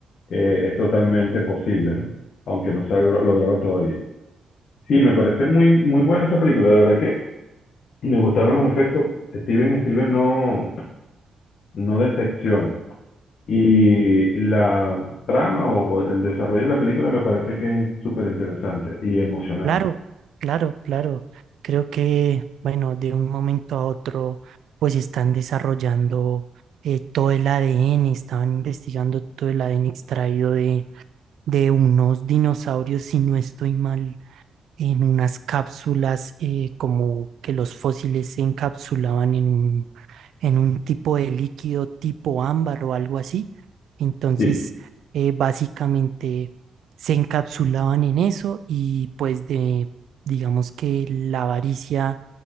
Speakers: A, on the left; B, on the right.
A: eh, es totalmente posible, ¿no? Aunque no se ha logro- logrado todavía. Sí, me parece muy, muy buena esa película. De verdad que me gustaron los efectos. Steven Spielberg no, no decepciona. Y la trama o el desarrollo de la película me parece que es súper interesante y emocionante.
B: Claro, claro, claro. Creo que, bueno, de un momento a otro, pues están desarrollando eh, todo el ADN, estaban investigando todo el ADN extraído de, de unos dinosaurios, si no estoy mal, en unas cápsulas, eh, como que los fósiles se encapsulaban en un en un tipo de líquido tipo ámbar o algo así. Entonces,
A: Sí,
B: eh, básicamente se encapsulaban en eso y pues de, digamos que la avaricia